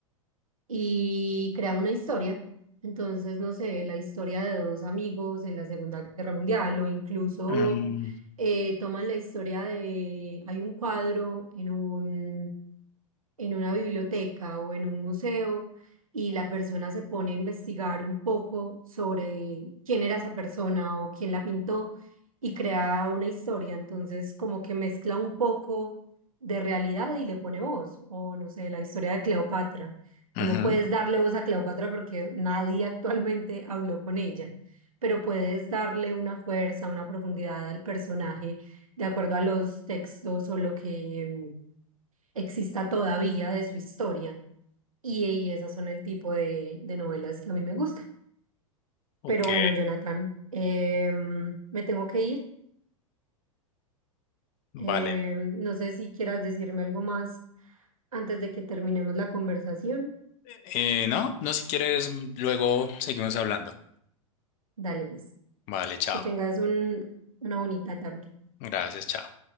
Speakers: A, on the right; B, on the left.
A: y crea una historia. Entonces, no sé, la historia de dos amigos en la Segunda Guerra Mundial o incluso
B: Mm,
A: eh, toman la historia de, hay un cuadro en un en una biblioteca o en un museo y la persona se pone a investigar un poco sobre quién era esa persona o quién la pintó y crea una historia. Entonces, como que mezcla un poco de realidad y le pone voz, o no sé, la historia de Cleopatra. Tú
B: ujú,
A: no puedes darle voz a Cleopatra porque nadie actualmente habló con ella, pero puedes darle una fuerza, una profundidad al personaje de acuerdo a los textos o lo que exista todavía de su historia. Y, y esas son el tipo de, de novelas que a mí me gustan.
B: Ok,
A: Pero bueno, Jonathan, em, me tengo que ir.
B: vale.
A: Em, no sé si quieras decirme algo más antes de que terminemos la conversación.
B: Eh, no, no, si quieres, luego seguimos hablando.
A: Dale pues,
B: Vale, chao.
A: que tengas un, una bonita tarde.
B: Gracias, chao.